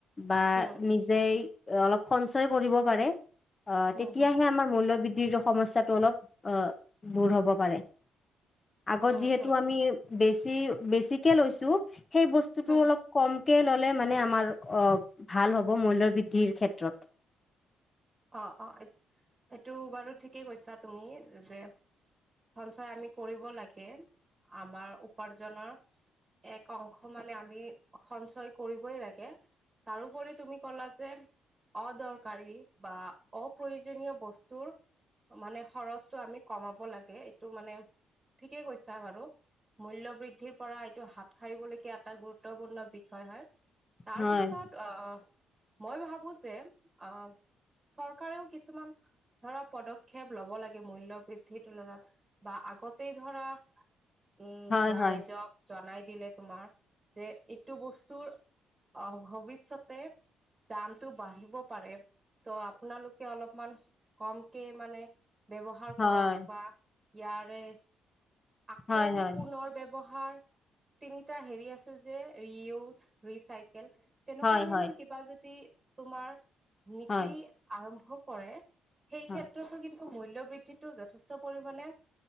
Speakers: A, on the left; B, on the right.
A: বা
B: উম,
A: নিজেই অলপ সঞ্চয় কৰিব পাৰে। অ'
B: উম,
A: তেতিয়াহে
B: হম,
A: আমাৰ মূল্যবৃদ্ধিৰ সমস্যাটো অলপ অ' দূৰ হ'ব পাৰে। আগত
B: উম,
A: যিহেতু
B: উম,
A: আমি বেছি চি বেছিকে লৈছোঁ সেই বস্তুটো
B: হম,
A: অলপ কম কে ল'লে মানে আমাৰ অ' ভাল হ'ব মূল্য বৃদ্ধিৰ ক্ষেত্ৰত।
B: অ' অ' এইটো বাৰু ঠিকেই কৈছা তুমি, যে সঞ্চয় আমি কৰিব লাগে, আমাৰ উপাৰ্জনৰ এক অংশ মানে আমি সঞ্চয় কৰিবই লাগে তাৰোপৰি তুমি কলা যে অদৰকাৰী বা অপ্ৰয়োজনীয় বস্তুৰ মানে খৰচটো আমি কমাব লাগে এইটো মানে ঠিকেই কৈছা বাৰু মূল্য় বৃদ্ধিৰ পৰা এইটো হাত সাৰিবলৈকীয়া এটা গুৰুত্বপূৰ্ণ বিষয় হয়। তাৰ
A: হয়
B: পিছত আহ মই ভাবো যে অ' চৰকাৰেও কিছুমান ধৰা পদক্ষেপ লব লাগে মূল্য় বৃদ্ধিৰ তুলনাত বা আগতেই ধৰা উম
A: হয়
B: ৰাইজক
A: হয়
B: জনাই দিলে তোমাৰ, যে, এইটো বস্তুৰ অ' ভৱিষ্যতে দামতটো বাঢ়িব পাৰে। ত' আপোনালোকে অলপমান কমকে মানে ব্যৱহাৰ
A: হয়
B: কৰক বা ইয়াৰে আকৌ
A: হয় হয়
B: পুনৰ ব্যৱহাৰ তিনিটা হেৰি আছিল যে, ৰিয়জ, ৰিচাই <unintelligible> তেনেকুৱা
A: হয়
B: ধৰণৰ কিবা যদি তোমাৰ <unintelligible>
A: হয়
B: আৰম্ভ কৰে। সেইক্ষেত্ৰতো
A: হয়
B: কিন্তু মূল্যবৃদ্ধিটো যথেষ্ট পৰিমণে,